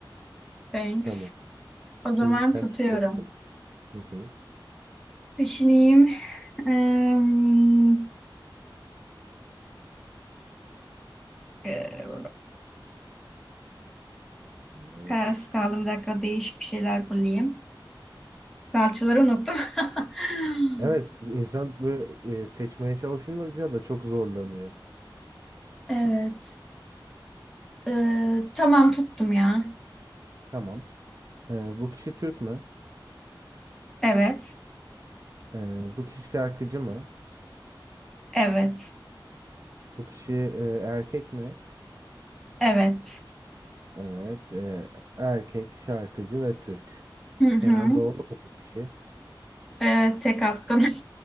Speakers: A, in the centre; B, on the right.
A: Thanks.
B: Tamam.
A: O
B: Şimdi
A: zaman
B: sen
A: tutuyorum.
B: tutacaksın. Hı hı.
A: Düşüneyim. Eee, eee,
B: Evet.
A: Kararsız kaldım. Bir dakika değişik bir şeyler bulayım. Salçaları unuttum. <laughs>
B: Evet. insan böyle e, seçmeye çalışınca da çok zorlanıyor.
A: Evet. Eee, tamam tuttum ya.
B: Tamam. E, bu kişi Türk mü?
A: Evet.
B: E, bu kişi şarkıcı mı?
A: Evet.
B: Bu kişi e, erkek mi?
A: Evet.
B: Evet. e, erkek, şarkıcı ve Türk.
A: Hı hı.
B: Kenan Doğulu mu bu kişi?
A: Evet tek attım. <laughs>